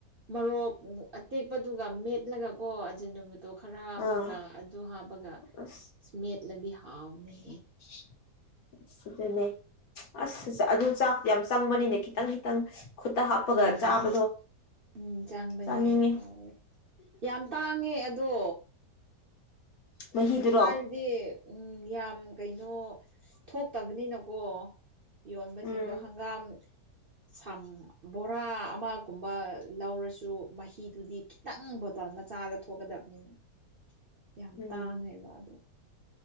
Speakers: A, on the right; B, on the left.
A: ꯃꯣꯔꯣꯛ ꯑꯇꯦꯛꯄꯗꯨꯒ ꯃꯦꯠꯂꯒꯀꯣ ꯑꯗꯨ ꯅꯨꯃꯤꯠ ꯇꯣ ꯈꯔ ꯍꯥꯞꯄꯒ
B: ꯑꯥ
A: ꯑꯗꯨ ꯍꯥꯞꯄꯒ
B: ꯑꯁ
A: ꯁ꯭ꯃꯦꯠꯂꯗꯤ ꯍꯥꯎꯅꯩꯍꯦ
B: <inaudible> ꯑꯗꯨꯨꯅꯦ ꯑꯁ ꯑꯗꯨ ꯆꯥꯛ ꯌꯥꯝ ꯆꯪꯕꯅꯤꯅꯦ ꯈꯤꯇꯪ ꯈꯤꯇꯪ ꯈꯨꯠꯇ ꯍꯥꯞꯄꯒ
A: ꯎꯝ
B: ꯆꯥꯕꯗꯣ
A: ꯎꯝ ꯆꯪꯕꯅꯦ
B: ꯆꯥꯅꯤꯡꯉꯤ
A: ꯍꯥꯎꯋꯦ ꯌꯥꯝ ꯇꯥꯡꯉꯦ ꯑꯗꯣ
B: ꯃꯍꯤꯗꯨꯔꯣ
A: ꯍꯥꯏꯕꯗꯤ ꯎꯝ ꯌꯥꯝ ꯀꯩꯅꯣ ꯊꯣꯛꯇꯕꯅꯤꯅꯀꯣ ꯌꯣꯟꯕꯁꯤꯡꯗꯣ
B: ꯎꯝ
A: ꯍꯪꯒꯥꯝ ꯁꯝ ꯕꯣꯔꯥ ꯑꯃꯒꯨꯝꯕ ꯂꯧꯔꯁꯨ ꯃꯍꯤꯗꯨꯗꯤ ꯈꯤꯇꯪ ꯕꯣꯇꯜ ꯃꯆꯥꯗ ꯊꯣꯛꯀꯗꯕꯅꯤꯅ
B: <unintelligible>
A: ꯌꯥꯝ
B: ꯎꯝ
A: ꯇꯥꯡꯉꯦꯕ ꯑꯗꯣ